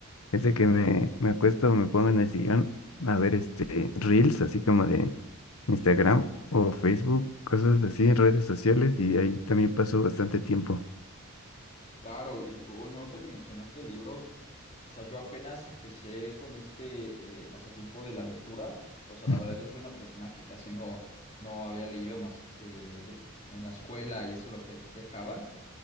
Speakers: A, on the left (about 80°); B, on the left (about 30°).
A: es de que me, me acuesto o me pongo en el sillón a ver este reels, así como de Instagram o Facebook, cosas así, redes sociales, y ahí también paso bastante tiempo.
B: Claro, y bueno, ahorita que mencionaste libros, o sea, yo apenas empecé con este eh, pasatiempo de la lectura. O sea, la
A: Ujú.
B: verdad, yo soy una persona que casi no, no había leído más que en la escuela y eso lo que dejaban.